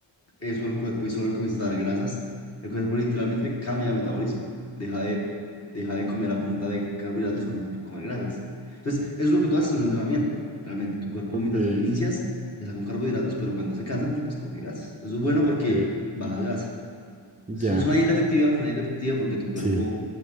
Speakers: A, on the left; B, on the right.
A: eso al cuerpo y solo le comienzas a dar grasas, el cuerpo literalmente cambia de metabolismo. Deja de, deja de comer a punta de carbohidratos y comienza a comer grasas. Entonces, eso es lo que tú haces en un entrenamiento. Realmente, tu cuerpo
B: ok,
A: mientras inicias está con carbohidratos, pero cuando se cansa mucho, pues coge grasas. Eso es bueno
B: ok,
A: porque baja grasa.
B: ya,
A: Es es una dieta efectiva, es una dieta efectiva porque tu cuerpo
B: sí,